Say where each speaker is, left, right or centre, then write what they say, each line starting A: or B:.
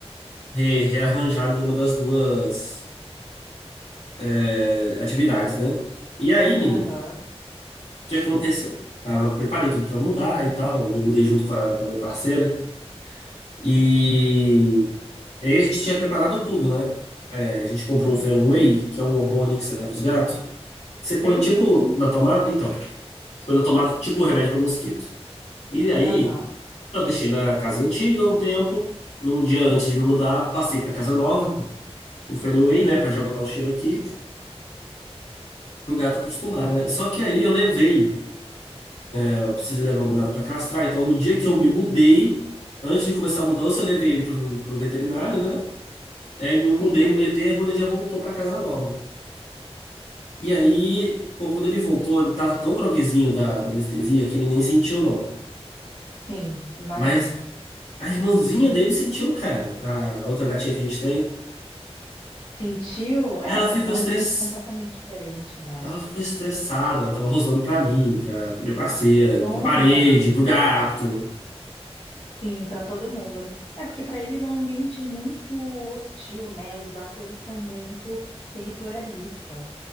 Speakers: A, on the left (about 75°); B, on the left (about 55°).
A: re- rearranjar nenhuma das duas é, atividades, né? E aí, menino,
B: Aham,
A: o que aconteceu? Tava, preparei tudo pra mudar e tal, me mudei junto com a, com a minha parceira. E aí a gente tinha preparado tudo, né? É, a gente comprou
B: sim.
A: o Fenway, que é um hormônio que você dá pros gatos. Você
B: Sei,
A: põe tipo
B: sei sim.
A: na tomada, então, você põe na tomada tipo um remédio para mosquito. E aí,
B: Aham,
A: eu deixei na casa antiga um tempo. Num dia antes de me mudar, passei pra casa nova, o Fenway,
B: sim,
A: né, Pra já botar o cheiro aqui, pro gato acostumar, né? Só que aí eu levei. Eu precisei levar o Minato para castrar. Então, no dia que eu me mudei, antes de começar a mudança, eu levei ele pro, pro veterinário, né? Aí me mudei
B: sim,
A: no meio termo, ele já voltou para casa nova. E aí, pô, quando ele voltou, ele tava tão groguezinho da, da anestesia que ele nem sentiu, não.
B: sim, imagino.
A: Mas a irmãzinha dele sentiu, cara. A outra gatinha que a gente tem,
B: Sentiu? É,
A: ela
B: porque
A: ficou
B: é
A: estress...
B: um ambiente completamente diferente, né?
A: Ela ficou estressada, ela tava rosnando pra mim, pra, pra minha parceira,
B: Olha.
A: pra parede, pro gato.
B: Sim, para todo mundo, né? É porque para eles é um ambiente muito hostil, né? Os gatos eles são muito territorialistas.